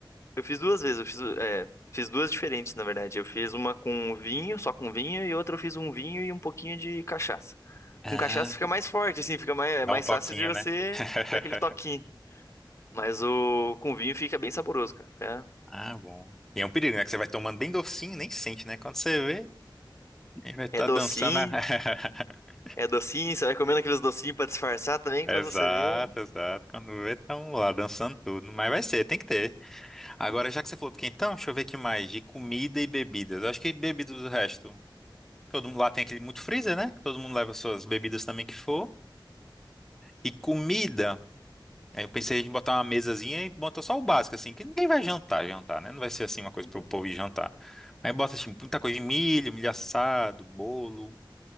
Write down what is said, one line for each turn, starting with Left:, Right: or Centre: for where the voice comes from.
Left: Eu fiz duas vezes, eu fiz, é, fiz duas diferentes, na verdade. Eu fiz uma com vinho, só com vinho, e outra eu fiz um vinho e um pouquinho de cachaça.
Centre: Ah,
Left: Com cachaça fica mais forte, assim, fica mais, é
Centre: dá
Left: mais
Centre: um toquinho,
Left: fácil de você
Centre: né? <laughs>
Left: dar aquele toquinho. Mas o com vinho fica bem saboroso, cara. Fica-
Centre: Ah, bom. E é um perigo, né? Que você vai tomando bem docinho, e nem sente, né? Quando você vê, a gente vai estar
Left: é docinho,
Centre: dançando. a- <laughs>
Left: É docinho, você vai comendo aqueles docinhos pra disfarçar também
Centre: Exato,
Left: quando você vê.
Centre: exato. Quando vê, estão lá dançando tudo. Mas vai ser, tem que ter. Agora, já que você falou do quentão, deixa eu ver o que mais. De comida e bebidas. Eu Acho que bebidas do resto. Todo mundo lá tem aquele muito freezer, né? Que Todo mundo leva suas bebidas também que for. E comida. Aí eu pensei em botar uma mesazinha e botar só o básico, assim, que ninguém vai jantar, jantar, né? Não vai ser assim uma coisa
Left: Uhum.
Centre: para o povo ir jantar. Aí bota assim, muita coisa de milho, milho assado, bolo.